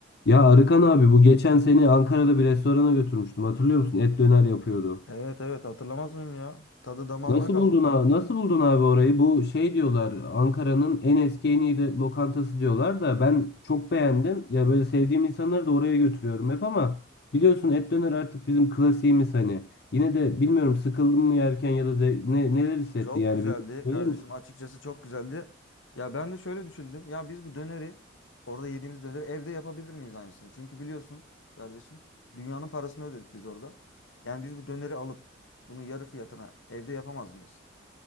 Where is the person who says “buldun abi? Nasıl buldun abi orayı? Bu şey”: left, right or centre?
Left